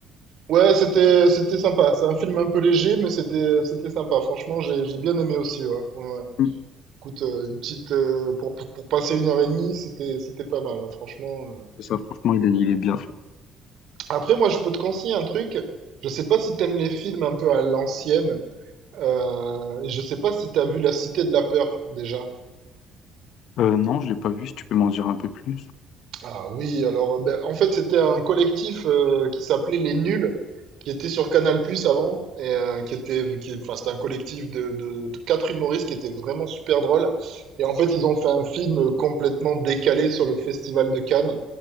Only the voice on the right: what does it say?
ouais, c'était, c'était sympa. C'est un film un peu léger, mais c'était, c'était sympa. Franchement, j'ai, j'ai bien aimé aussi. Ouais. Ouais, ouais.
Écoute, euh, une petite, euh, pour, pour, pour passer une heure et demie, c'était, c'était pas mal, hein, franchement. euh.
Après, moi, je peux te conseiller un truc. Je sais pas si t'aimes les films un peu à l'ancienne. Euh, et je sais pas si tu as vu La Cité de la Peur déjà.
Ah oui, alors ben, en fait c'était un collectif euh, qui s'appelait Les Nuls, qui était sur Canal+ avant, et euh, qui était, qui, enfin c'était un collectif de, de, de quatre humoristes qui étaient vraiment super drôles. Et en fait ils ont fait un film complètement décalé sur le Festival de Cannes.